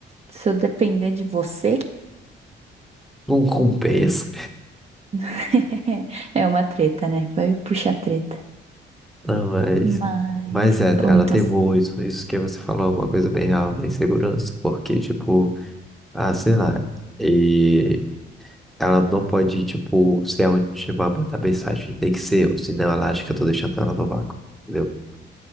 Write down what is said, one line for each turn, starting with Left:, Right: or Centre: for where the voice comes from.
Right: se eu depender de você,
Centre: Não compensa.
Right: <laughs> é uma treta, né? Vai puxar treta.
Centre: Não, mas.
Right: Mas,
Centre: Mas é, ela
Right: ou então,
Centre: tem muito. Isso que você falou é uma coisa bem real da insegurança. Porque, tipo. Ah, sei lá. E ela não pode, tipo, ser a última a mandar mensagem. Tem que ser eu, senão ela acha que eu tô deixando ela no vácuo. Entendeu?